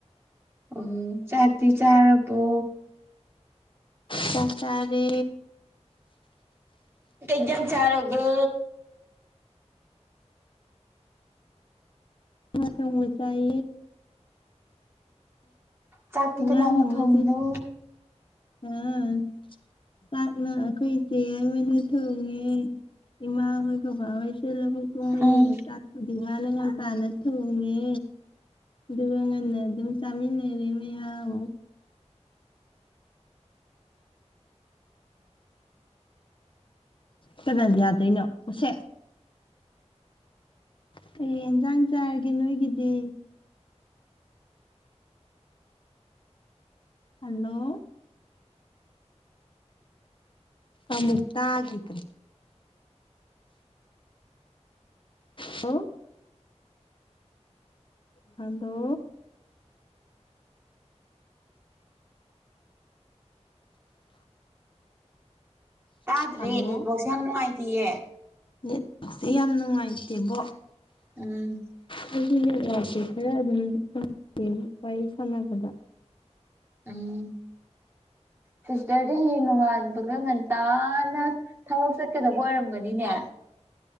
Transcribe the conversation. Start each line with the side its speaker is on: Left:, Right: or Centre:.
Right: ꯑꯣ ꯆꯥꯇꯤ ꯆꯥꯔꯔꯕꯣ
Left: ꯆꯇꯥꯔꯦ
Right: ꯀꯖꯝ ꯆꯔꯒꯦ
Left: ꯈꯠꯪ ꯑꯣꯏ ꯆꯥꯏꯌꯦ
Right: ꯆꯥꯛꯇꯤ
Left: ꯉ
Right: ꯀꯅꯥꯅ ꯊꯣꯡꯉꯤꯅꯣ
Left: ꯃ ꯑꯥ ꯆꯥꯛꯅ ꯑꯩꯈꯣꯏ ꯏꯆꯦ ꯍꯥꯏꯏꯃꯅ ꯊꯣꯡꯉꯦ ꯏꯃꯥ ꯍꯣꯏ ꯕꯕꯥ ꯍꯣꯏꯁꯨ ꯂ ꯇ ꯃꯅꯤꯅ
Right: ꯎꯝ
Left: ꯆ ꯗꯤ ꯃꯥꯅ ꯉꯥꯟ ꯇꯥꯅ ꯊꯣꯡꯉꯦ ꯑꯗꯨꯒ ꯉꯟꯅ ꯑꯗꯨꯝ ꯆꯃꯤ ꯂꯩꯔꯃꯦ ꯌꯥꯨ ꯀꯅꯥ ꯌꯥꯗꯣꯏꯅꯣ ꯎꯁꯦ ꯀꯩ ꯏꯟꯁꯥꯡ ꯆꯥꯔꯒꯦ ꯅꯣꯏꯒꯤꯗꯤ ꯍꯜꯂꯣ ꯁꯁꯊ ꯍꯥꯏꯒꯗ꯭ꯔꯦ ꯍꯂ ꯍꯂꯣ
Right: ꯇꯥꯗ꯭ꯔꯦ
Left: ꯍꯜꯂꯣ
Right: ꯅꯦꯠꯋꯥꯛꯁꯦ ꯌꯥꯝ ꯅꯨꯡꯉꯥꯏꯇꯤꯌꯦ
Left: ꯌꯦ ꯁꯤ ꯌꯥꯝ ꯅꯨꯡꯉꯥꯏꯇꯦꯕꯣ
Right: ꯎꯝ
Left: ꯍꯧꯖꯤꯅꯦ ꯂꯁꯦ ꯈꯔ ꯑꯗꯨꯝ ꯐꯪꯦ ꯋꯥꯔꯤ ꯁꯥꯟꯅꯕꯗ
Right: ꯎꯝ ꯁꯤꯁꯇꯔꯗꯤ ꯍꯅꯨ ꯃꯥꯕꯒ ꯃ ꯇꯅ ꯊꯕꯛ ꯆꯠꯀꯗꯕ ꯑꯣꯏꯔꯝꯒꯅꯤꯅꯦ